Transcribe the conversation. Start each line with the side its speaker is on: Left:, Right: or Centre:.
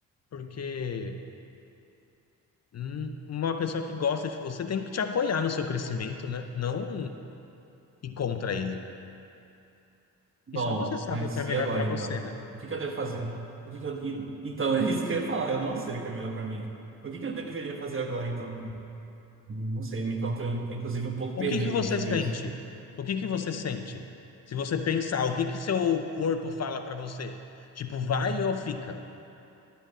Left: Porque hum, uma pessoa que gosta de você tem que te apoiar no seu crescimento, né? Não ir contra ele.
Right: Bom,
Left: E só você sabe
Right: mas
Left: o que é melhor
Right: e agora
Left: para
Right: então?
Left: você, né?
Right: O que que eu devo fazer? O que que eu... e- Então, é isso que eu ia falar. Eu não sei o que é melhor pra mim. O que que eu deveria fazer agora então? Não sei, me encontrei, inclusive, um pouco
Left: O
Right: perdido
Left: que que você
Right: sobre
Left: sente?
Right: isso.
Left: O que que você sente? Se você pensar, o que que seu corpo fala para você? Tipo, vai ou fica?